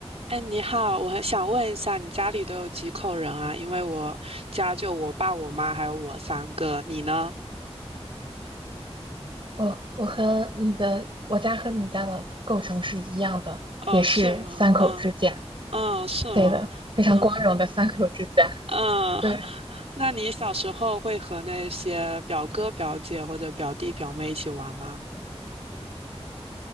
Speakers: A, on the right (about 65°); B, on the right (about 50°).
A: 哎，你好，我很想问一下，你家里都有几口人啊？因为我家就我爸、我妈还有我三个，你呢？
B: 哦，我和你的，我家和你家的构成是一样的，
A: 哦，
B: 也是三口之家。
A: 是吗？嗯嗯，是吗？
B: 对的，非常光荣的三口之家。
A: 嗯嗯，
B: 对，
A: <laughs> 那你小时候会和那些表哥、表姐或者表弟、表妹一起玩吗？